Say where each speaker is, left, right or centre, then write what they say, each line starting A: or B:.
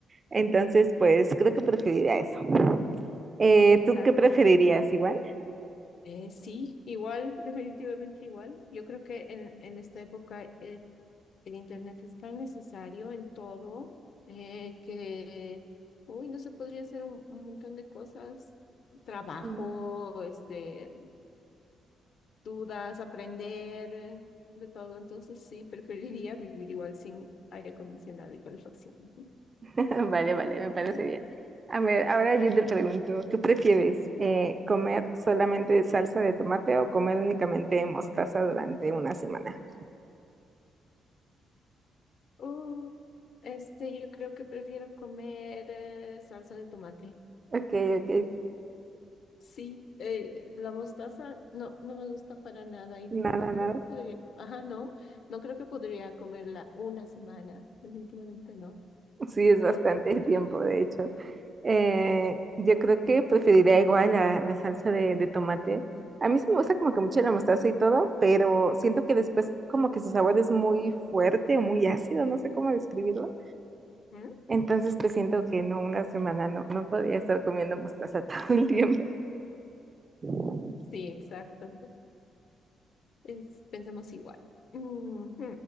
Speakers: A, on the right; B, on the left.
A: entonces pues creo que preferiría eso. Eh,
B: Sí, exacto.
A: ¿tú qué preferirías igual?
B: Eh, sí, igual, <laughs> definitivamente igual. Yo creo que en, en esta época eh, el Internet es tan necesario en todo eh, que, uy, no se podría hacer un, un montón de cosas. Trabajo,
A: Mm.
B: este, dudas, aprender, de todo. Entonces sí, preferiría vivir igual sin aire acondicionado y calefacción. sí.
A: <laughs> Vale, vale, me
B: <laughs>
A: parece bien. A ver, ahora yo te pregunto, ¿qué prefieres? Eh, ¿comer solamente de salsa de tomate o comer únicamente de mostaza durante una semana?
B: Uh, este, yo creo que prefiero comer eh, salsa de tomate.
A: Ok, ok,
B: Sí, eh, la mostaza no, no me gusta para nada y
A: nada,
B: no creo
A: nada.
B: que podría, ajá, no, no creo que podría comerla una semana, definitivamente no.
A: Sí, es
B: Ah,
A: bastante
B: sí.
A: tiempo, de hecho. Eh, yo creo que preferiría igual la, la salsa de, de tomate. A mí sí me gusta como que mucho la mostaza y todo, pero siento que después como que su sabor es muy fuerte, muy ácido, no sé cómo describirlo.
B: ¿Mm?
A: Entonces, pues siento que no, una semana no, no podía estar comiendo mostaza <laughs> todo el tiempo. Todo
B: Sí, exacto. Es, pensamos igual. Ujú.